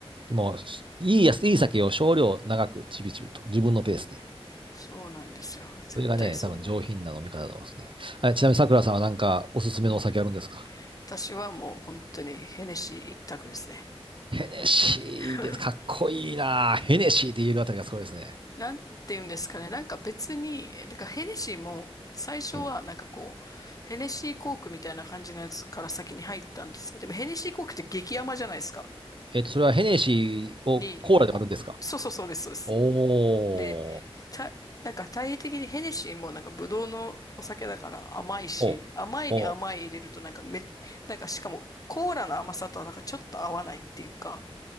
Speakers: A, on the right; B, on the left.
A: もう、いいやつ、いい酒を少量長くちびちびと、自分のペースで。
B: そうなんですよ。絶対それがいい。
A: それがね、多分上品な飲み方だと思いますね。あれちなみに桜さんはなんかおすすめのお酒あるんですか
B: うん。私はもう本当にヘネシー一択ですね。
A: ヘネシーです。
B: 本当に。<laughs>
A: かっこいいな。ヘネシーって言えるあたりがすごいですね。
B: なんて言うんですかね。なんか別に、なんかヘネシーも最初はなんかこう、
A: うん
B: ヘネシーコークみたいな感じのやつから先に入ったんですよ。でもヘネシーコークって激甘じゃないですか。
A: えっと、それはヘネシーをコーラで割るんですか
B: に、こそうそうそうです、そうです。
A: おー、
B: で、たなんか体的にヘネシーもなんかブドウのお酒だから甘いし、
A: お、
B: 甘いに甘い入れるとなんかめ、
A: お、
B: なんかしかもコーラの甘さとはなんかちょっと合わないっていうか、